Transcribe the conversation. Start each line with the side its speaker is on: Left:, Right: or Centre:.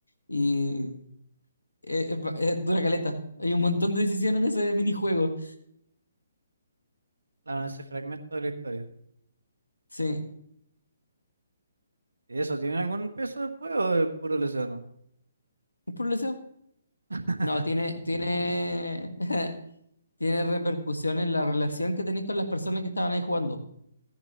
Left: Y eh, es ba- es dura caleta. Hay un montón de decisiones en ese minijuego.
Right: claro, ese fragmento de la historia.
Left: Sí.
Right: ¿Y eso tiene algún peso después o es puro leseno?
Left: un problema
Right: <laughs>
Left: No, tiene, tiene, <laughs> tiene repercusión en la relación que tenéis con las personas que estaban ahí jugando.